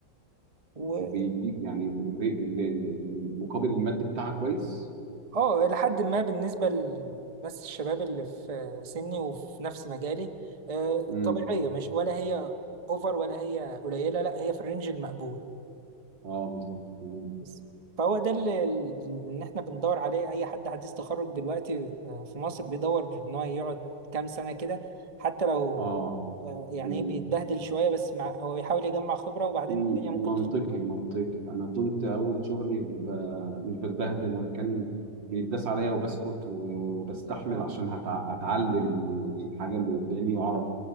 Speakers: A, on the right; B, on the right.
A: و
B: وبيديك يعني ال- الري- ال- ال- المقابل المادي بتاعها كويس
A: اه لحد ما بالنسبه للناس الشباب اللي في سني وفي نفس مجالي آه،
B: امم
A: طبيعيه مش ولا هي اوفر ولا هي قليله لا هي في الرينج المقبول
B: اه بالظبط تمام
A: بس فهو ده اللي ان احنا بندور عليه اي حد حديث تخرج دلوقتي آه، في مصر بيدور ان هو يقعد كام سنه كده حتى لو
B: اه
A: آه، يعني
B: مم.
A: إيه بيتبهدل شويه بس مع هو بيحاول يجمع خبره وبعدين
B: مم.
A: الدنيا
B: منطقي
A: ممكن تظبط معاه
B: منطقي انا كنت اول شغلي ب... ب- مش بتبهدل انا كان بيتداس عليا وبسكت و- وبستحمل
A: اه
B: عشان هتع... اتعلم الحاجه اللي قدامي واعرف